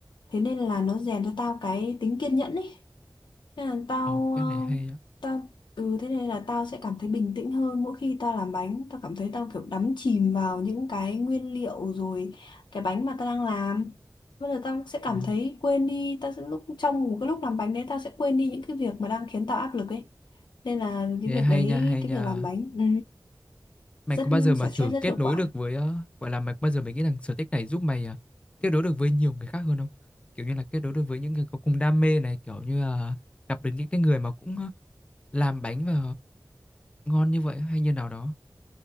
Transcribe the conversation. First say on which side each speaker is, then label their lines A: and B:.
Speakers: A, on the left; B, on the left.
A: thế nên là nó rèn cho tao cái tính kiên nhẫn ấy nên là tao
B: ờ cái
A: ờ,
B: này hay á
A: tao ừ thế nên là tao sẽ cảm thấy bình tĩnh hơn mỗi khi tao làm bánh tao cảm thấy tao kiểu đắm chìm vào những cái nguyên liệu rồi cái bánh mà tao đang làm bây giờ tao sẽ cảm
B: Ờ.
A: thấy quên đi tao sẽ lúc trong một cái lúc làm bánh đấy tao sẽ quên đi những cái việc mà đang khiến tao áp lực ấy nên là cái
B: Thế
A: việc
B: hay
A: đấy
B: nha, hay
A: cái
B: nha.
A: việc làm bánh ừ,
B: Mày
A: rất
B: có bao giờ mà
A: xả stress
B: thử
A: rất
B: kết
A: hiệu
B: nối
A: quả
B: được với ờ, gọi là mày có bao giờ mày nghĩ rằng sở thích này giúp mày ờ, kết nối được với nhiều người khác hơn không? Kiểu như là kết nối được với những người có cùng đam mê này, kiểu như là gặp được những cái người mà cũng ờ, làm bánh và ngon như vậy hay như nào đó.